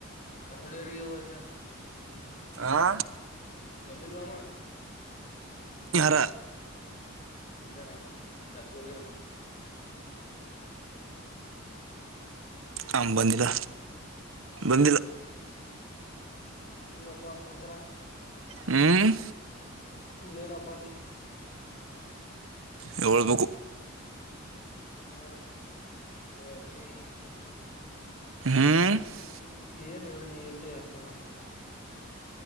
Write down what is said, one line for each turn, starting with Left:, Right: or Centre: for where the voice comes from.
Left: ಕಾವಳಿಯರಿಗೆ ಹೋದಯ
Right: ಆ
Left: ಬಂದಿಲ್ವಾಮ
Right: ಯಾರ
Left: ಇರಾ ಗದ್ದು ಹೋಗಿರ ಮ
Right: ಆ ಬಂದಿಲ್ಲ ಬಂದ
Left: ಹ್ಮ ಇನ್ನಪ್ಪಸಚರ
Right: ಹ್ಮ್
Left: ನೇನ ಅಪ್ಪಿ
Right: ಹಏಳ್ಬೇಕು
Left: ನ ಒಳ್ಳಿ <unintelligible>
Right: ಹಾ
Left: ಈ ಏನ್ ಒಳ್ಳಿ ಎಂತ ಯವಥ ಮಾಡ್ತವ್ರಿ